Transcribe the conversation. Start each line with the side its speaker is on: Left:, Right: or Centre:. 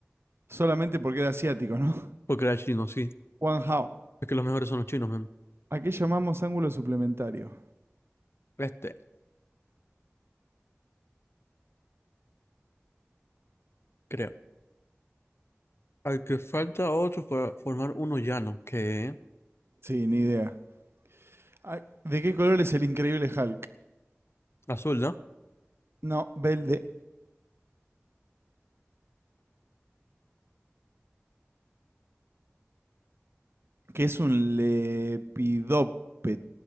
Right: Solamente porque era asiático, ¿no?
Left: Porque era chino, sí.
Right: Juan Hao.
Left: Es que los mejores son los chinos, man.
Right: ¿A qué llamamos ángulo suplementario?
Left: Este, creo. Al que falta otro para formar uno llano, que
Right: Sí, ni idea. Ah, ¿De qué color es el increíble Hulk?
Left: azul, ¿no?
Right: No, verde. que es un lepidópet-